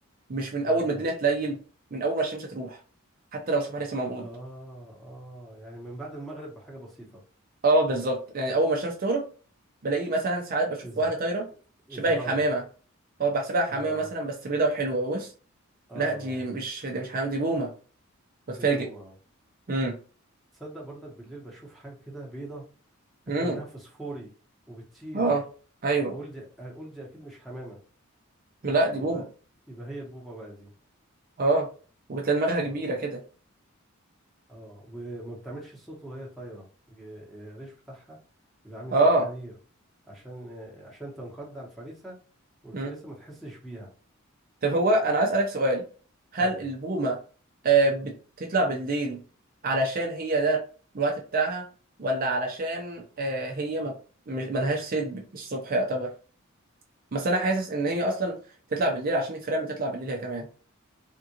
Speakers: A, on the right (about 40°); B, in the centre.
A: مش من
B: اه
A: اول ما الدنيا تليل من اول ما الشمس تروح حتى لو الصبح لسه موجود
B: اه اه يعني من بعد المغرب بحاجة بسيطة
A: اه بالظبط يعني اول ما الشمس تغرب بلاقيه مثلا ساعات بشوف
B: يظه-
A: واحده طايره
B: يظهروا
A: شبه الحمامه اه بحسبها حمامه
B: اه
A: مثلا بس بيضه وحلوه بص
B: اه
A: لا دي مش دي مش حمامه دي بومه بتفاجئ
B: بومة
A: امم
B: تصدق برضك بالليل بشوف حاجة كده بيضة
A: امم
B: اكنها فسفوري وبتطير
A: اه ايوه
B: اقول دي اقول دي اكيد مش حمامة
A: لا دي
B: يبقى
A: بومه
B: يبقى هي البومة بقى دي
A: اه وبتلاقي دماغها
B: اه
A: كبيره كده
B: اه وما بتعملش صوت وهي طايرة ج- الريش بتاعها بيبقى عامل
A: اه
B: زي الحرير عشان عشان تنقض على الفريسة والفريسة
A: امم
B: ما تحسش بيها
A: طب هو انا عايز اسالك سؤال هل
B: اتفضل
A: البومه آه، بتطلع بالليل علشان هي ده الوقت بتاعها ولا علشان آه، هي ما مش- ملهاش صيد الصبح يعتبر بس انا حاسس ان هي اصلا تطلع بالليل عشان الفيران بتطلع بالليل هي كمان